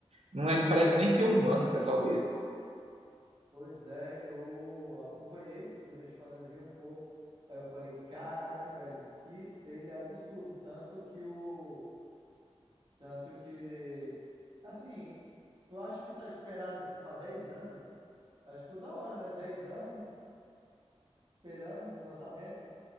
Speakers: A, on the right; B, on the right.
A: não é, parece nem ser humano, um pessoal desse.
B: Pois é, eu acompanhei, como eu tô te falando, eu vi um pouco. Aí eu falei, caraca, velho, que trailer absurdo. Tanto que o. Tanto que. Assim, tu acha que tá esperado pro- pra 10 anos? Acho que ficou da hora, né? dez anos esperando o lançamento.